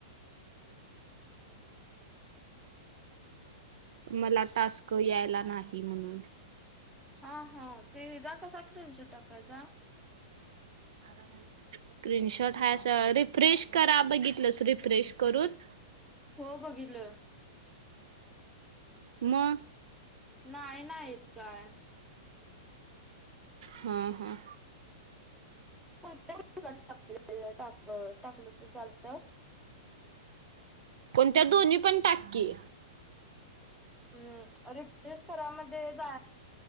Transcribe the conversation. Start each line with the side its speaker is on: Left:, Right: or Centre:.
Centre: <inaudible>
Right: मला टास्क यायला नाही म्हणून.
Centre: हा हा त्याचा कसा स्क्रीन शॉट टाकायचा?
Right: अ <inaudible> स्क्रीनशॉट हा रिफ्रेश करा बघितलंस रिफ्रेश करून.
Centre: हो बघितलं.
Right: मग?
Centre: नाही नाही इत काय.
Right: हम हां.
Centre: टा टा टाकलं तर चालत.
Right: कोणत्या दोन्ही पण टाक की.
Centre: हम्म रिफ्लेश करामध्ये जा